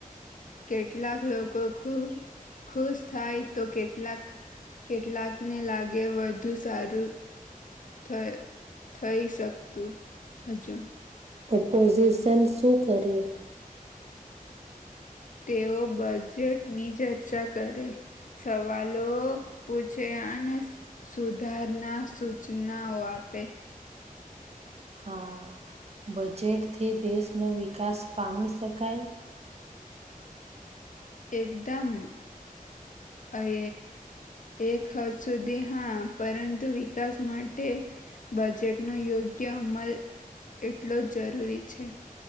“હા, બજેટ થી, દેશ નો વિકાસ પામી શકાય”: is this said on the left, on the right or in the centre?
Right